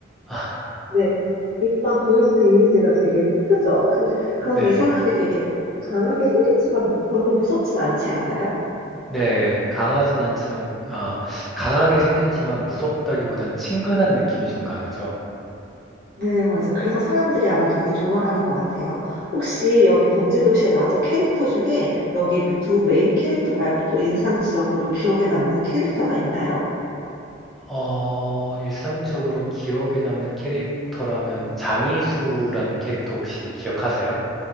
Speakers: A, in the centre; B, on the right.
A: <laughs>
B: 네, 일단 보여지는 이미지가 되게 크죠. 근데, 그런데
A: 네.
B: 이상하게 되게 강하게 생겼지만 별로 무섭진 않지 않아요?
A: 네, 강하진 않지만 아, 강하게 생겼지만 무섭다기보단 친근한 느낌이 좀 강하죠.
B: 네, 맞아. 그래서 사람들이 아마 되게 좋아하는 것 같아요. 혹시 여기 범죄도시에 나왔던 캐릭터 중에 여기 두 메인 캐릭터 말고 또 인상적으로 기억에 남는 캐릭터가 있나요?
A: 어, 일상적으로 기억에 남는 캐릭터라면 장이수라는 캐릭터 혹시 기억하세요?